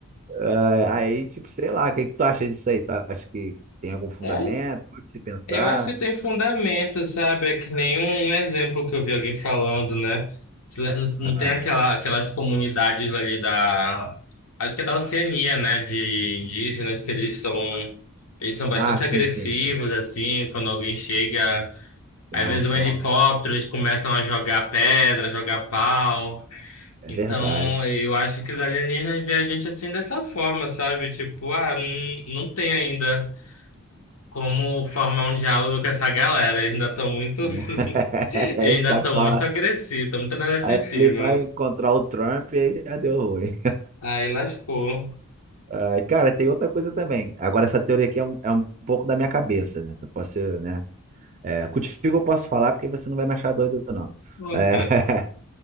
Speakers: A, on the right; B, on the left.
A: Ah, Aí, tipo, sei lá, o que que tu acha disso aí? Tu acha que tem algum fundamento?
B: É,
A: Pode se pensar?
B: Eu acho que tem fundamento, sabe? É que nenhum exemplo que eu vi alguém falando, né? Se le- Não
A: Ah,
B: tem aquela, aquelas comunidades ali da. Acho que é da Oceania, né? De indígenas, que eles são. Eles são bastante
A: ah, sim,
B: agressivos,
A: sim, sim.
B: assim, quando alguém chega. Às
A: São,
B: vezes
A: são.
B: um helicóptero, eles começam a jogar pedra, jogar pau.
A: É
B: Então,
A: verdade.
B: eu acho que os alienígenas veem a gente assim dessa forma, sabe? Tipo, ah, não, não tem ainda. Como formar um diálogo com essa galera? Eles ainda estão muito,
A: Não-
B: <laughs>
A: <laughs>
B: eles
A: Ele
B: ainda
A: sabe
B: estão
A: falar.
B: muito agressivos, estão muito na defensiva.
A: Aí ele vai encontrar o Trump e aí já deu ruim.
B: Aí lascou.
A: Ah, cara, tem outra coisa também. Agora, essa teoria aqui é um, é um pouco da minha cabeça, né? Eu posso, né? É, contigo eu posso falar porque você não vai me achar doido, não.
B: <laughs>
A: É, <laughs>